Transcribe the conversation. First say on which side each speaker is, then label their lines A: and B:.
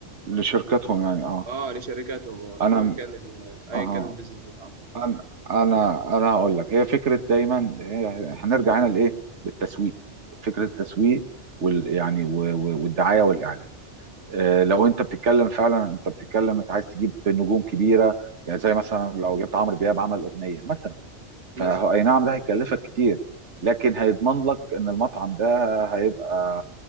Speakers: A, on the right; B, on the right.
A: لشركتهم يعني اه
B: اه لشركاتهم اه
A: انا
B: ايا كان ال- ايا
A: اها
B: كان البيزنس بتاعهم
A: انا انا انا هقول لك هي فكره دايما هي- هنرجع هنا لايه للتسويق فكره التسويق وال يعني و- و- والدعايه والاعلان آه، لو انت بتتكلم فعلا انت بتتكلم انت عايز تجيب نجوم كبيره يعني زي مثلا لو جبت عمرو دياب عمل اغنيه مثلا فهو
B: بس
A: اي نعم ده هيكلفك كتير لكن هيضمن لك ان المطعم ده هيبقى